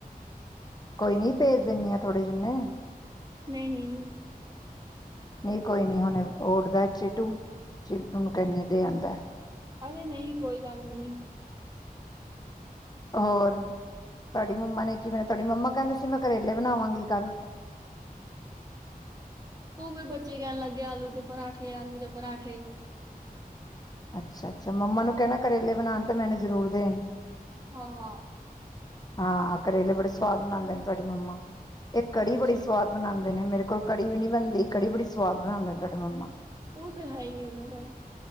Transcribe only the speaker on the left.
ਕੋਈ ਨੀ ਭੇਜ ਦਿੰਨੀ ਆ ਥੋੜੇ ਜਿਨੇ
ਨਹੀਂ ਕੋਈ ਨਹੀਂ ਹੁਣ ਉੱਠਦਾ ਚਿੱਟੂ, ਚਿੱਟੂ ਨੂੰ ਕੈਨੀਆ ਦੇ ਆਉਂਦਾ।
ਹੋਰ ਤੁਹਾਡੀ ਮੰਮਾ ਨੇ ਕੀ ਬਣਿਆ ਤੁਹਾਡੀ ਮੰਮਾ ਕਹਿੰਦੇ ਸੀ, ਮੈਂ ਕਰੇਲੇ ਬਣਾਵਾਂਗੀ ਕੱਲ
ਅੱਛਾ, ਅੱਛਾ ਮੰਮਾ ਨੂੰ ਕਹਿਣਾ ਕਰੇਲੇ ਬਣਾਉਣ ਤਾਂ ਮੈਨੂੰ ਜ਼ਰੂਰ ਦੇਣ
ਹਾਂ ਕਰੇਲੇ ਬੜੇ ਸਵਾਦ ਬਣਾਉਂਦੇ ਨੇ ਤੁਹਾਡੀ ਮੰਮਾ ਇਹ ਕੜੀ
ਬੜੀ ਸਵਾਦ ਬਣਾਉਂਦੀ। ਨੇ ਮੇਰੇ ਕੋਲ ਕੜੀ ਵੀ ਨੀ ਬਣਦੀ ਕੜੀ ਬੜੀ ਸਵਾਦ ਬਣਾਉਦੇ ਤੁਹਾਡੇ ਮੰਮਾ